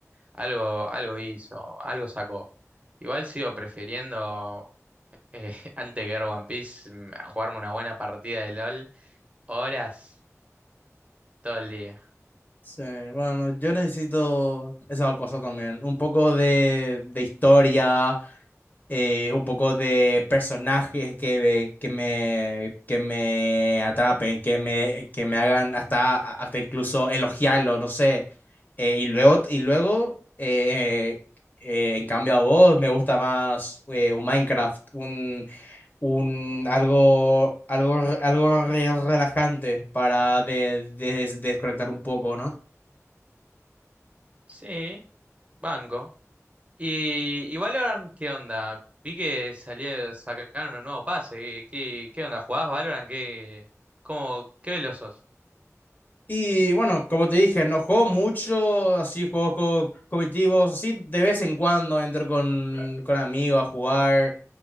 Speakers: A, on the right (about 25°); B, on the left (about 35°).
A: algo, algo hizo, algo sacó. Igual sigo prefiriendo, eh, <laughs> antes que ver One Piece, mm, a jugarme una buena partida de LOL, horas, todo el día.
B: Sí, bueno, yo necesito esa cosa también. Un poco de, de historia, eh, un poco de personajes que, que me, que me atrapen, que me, que me hagan hasta, hasta incluso elogiarlo, no sé. Eh, y luego, y luego eh, eh, en cambio a vos me gusta más eh, un Minecraft, un, un algo, algo, algo re- relajante para de, de- desconectar un poco, ¿no?
A: Sí, banco. Y, y Valorant, ¿qué onda? Vi que salió, sacaron un nuevo pase, ¿qué, qué, qué onda? ¿Jugás Valorant? ¿Qué, cómo, qué veloz sos?
B: Y bueno, como te dije, no juego mucho, así juegos co- competitivos, así de vez en cuando entro con, con amigos a jugar.